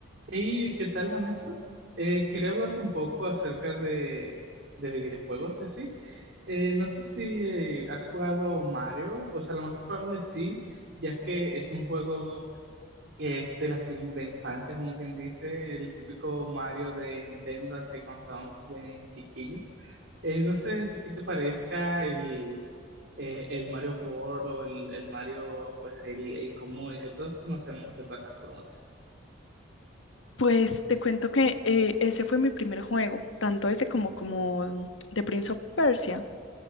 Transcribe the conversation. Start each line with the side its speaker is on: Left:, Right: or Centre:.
Right: ¿Y qué tal, Vanessa? Eh, quería hablarte un poco acerca de, de videojuegos y así. Eh, no sé si eh, has jugado Mario, o sea, lo más probable sí, ya que es un juego que es de la cin- de infancia, como quien dice, el típico Mario de Nintendo, así cuando estábamos bien chiquillos. Eh, no sé qué te parezca el, eh, el Mario World o el, el Mario, pues el, el común, el que todos conocemos de plataformas.
Left: Pues te cuento que eh, ese fue mi primer juego, tanto ese como, como mm, The Prince of Persia,